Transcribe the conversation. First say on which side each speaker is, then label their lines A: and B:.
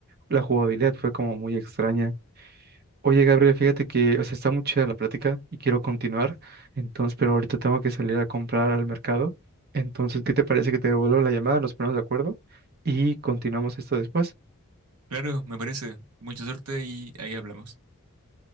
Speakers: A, on the right (about 45°); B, on the right (about 80°).
A: la jugabilidad fue como muy extraña. Oye, Gabriel, fíjate que, o sea, está muy chida la plática y quiero continuar, entonces, pero ahorita tengo que salir a comprar al mercado. Entonces, ¿qué te parece que te devuelvo la llamada? Nos ponemos de acuerdo y continuamos esto después.
B: Claro, me parece. Mucha suerte y ahí hablamos.